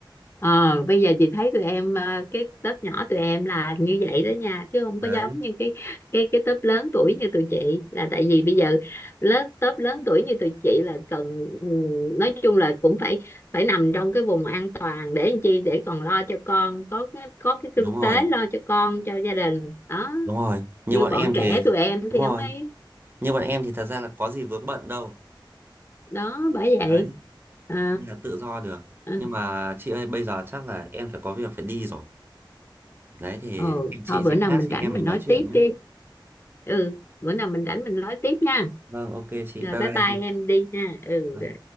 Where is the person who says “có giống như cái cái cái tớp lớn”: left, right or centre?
Left